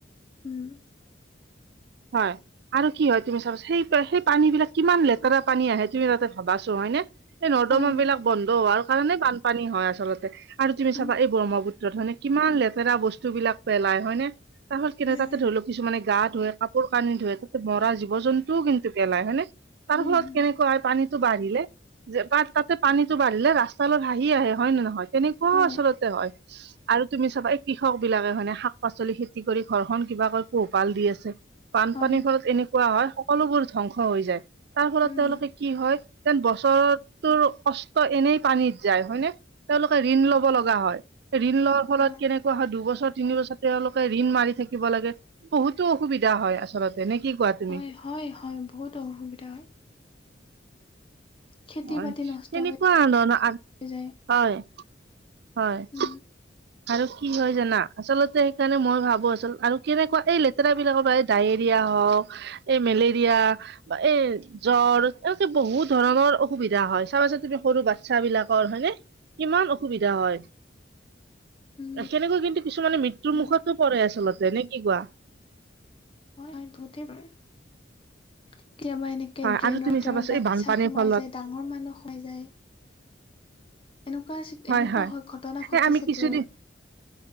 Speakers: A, on the left; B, on the right.
A: উম।
B: হয়। আৰু কি হয় তুমি চাবাচোন সেই পানীবিলাক কিমান লেতেৰা পানী আহে তুমি তাকে ভাবাচুন হয়নে? এই নৰ্দমাবিলাক
A: হয়
B: বন্ধ হোৱাৰ কাৰণে বানপানী হয় আচলতে আৰু তুমি
A: উম
B: চাবা এই ব্ৰহ্মপুত্ৰ ৰত হয়নে, কিমান লেতেৰা বস্তুবিলাক পেলাই হয়নে, তাৰপছত কিনে
A: হয়
B: তাতে
A: হয়
B: ধৰি লওক কিছুমানে গা ধুৱে কাপোৰ কানি ধোৱে, তাতে মৰা জীৱ জন্তুও কিন্তু পেলায় হয়নে? তাৰ
A: উম
B: ফলত কেনেকুৱা হয় পানীটো বাঢ়িলে যে তাত তাতে পানীতটো বাঢ়িলে ৰাস্তালে বাঁহি আহে হয় নে নহয়, তেনেকুৱাও
A: হয়
B: আচলতে হয়। আৰু তুমি চাবা এই কৃষকবিলাকে হয়নে শাক পাচলি খেতি কৰি ঘৰখন কিবাকৈ পোহপাল দি আছে। বানপানীৰ
A: হয়
B: ফলত এনেকুৱা হয় সকলোবোৰ ধ্বংস হৈ যায়, তাৰ ফলত
A: উম
B: তেওঁলোকে কি হয়, যেন বছৰটোৰ কষ্ট এনেই পানীত যায় হয়নে? তেওঁলোকে ঋণ লব লগা হয়, ঋণ লোৱাৰ ফলত
A: হয়
B: কেনেক কোৱা হয়, দুবছৰ তিনি বছৰ তেওঁলোকে ৰিণ মাৰি থাকিব লাগে, বহুতো অসুবিধা দিয়া হয় আচলতে, নে কি কোৱা তুমি?
A: হয় হয় হয়, বহুত অসুবিধা হয়। খেতি
B: হয়,
A: বাতি নষ্ট
B: তেনেকুৱা
A: হৈ
B: ধৰণৰ,
A: যায়
B: হয় হয়।
A: উম
B: আৰু কি হয় জানা, আচলতে সেইকাৰণে মই ভাবোঁ আচল আৰু কেনেকুৱা এই লেতেৰাবিলাকৰ পৰাই ডায়েৰিয়া হওক, এই মেলেৰিয়া বা এই জ্বৰ এনেকে বহুত ধৰণৰ অসুবিধা হয়, চাবাচোন তুমি সৰু বাচ্ছাবিলাকৰ হয়নে? কিমান অসুবিধা হয়।
A: উম
B: সেনেকুৱা কিন্তু কিছুমানে মৃত্যুৰ
A: উম
B: মুখতো পৰে আচলতে নে কি কোৱা?
A: হয় হয় বহুতেই পৰে। কেতিয়াবা এনে গেট
B: হয়
A: ড্ৰেইনৰ
B: আৰু তুমি
A: ভিতৰত
B: চাবাচোন
A: বাচ্ছা
B: এই বানপানীৰ
A: সোমাই
B: ফলত
A: যায়, ডাঙৰ মানুহ সোমাই যায়। এনেকুৱা চি,
B: হয়
A: এনেকুৱা
B: হয়
A: হৈ ঘটনা ঘটিছে
B: এ আমি কিছুদিন
A: প্ৰাই।